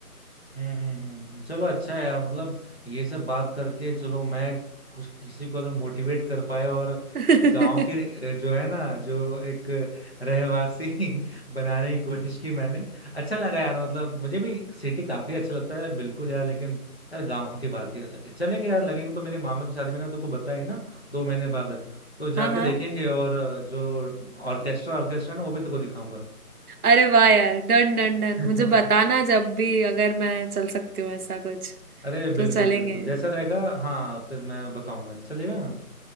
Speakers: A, on the left (about 45°); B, on the right (about 75°).
A: हम्म हम्म हम्म। चलो अच्छा है यार मतलब ये सब बात करके चलो मैं कुछ किसी को अगर मोटिवेट कर पाए और
B: <laughs>
A: गांव के
B: हाँ
A: अ, जो है ना जो एक रहवासी <laughs> बनाने की कोशिश की मैंने अच्छा लगा यार मतलब मुझे भी सिटी काफी अच्छा लगता है बिल्कुल यार लेकिन यार गांव की बात ही अलग है चलेंगे यार लगेगा तो मेरे मामा की शादी मैंने तुमको बताई ना दो महीने बाद है तो जाके
B: हाँ हाँ
A: देखेंगे और अ, जो ऑर्केस्ट्रा ऑर्केस्ट्रा ना वो भी तुमको दिखाऊंगा
B: अरे वाह यार डन डन डन
A: <laughs>
B: मुझे बताना जब भी अगर मैं चल सकती हूँ ऐसा कुछ
A: अरे
B: तो
A: बिल्कुल
B: चलेंगे
A: बिल्कुल जैसा रहेगा हाँ फिर मैं बताऊंगा चलेगा ना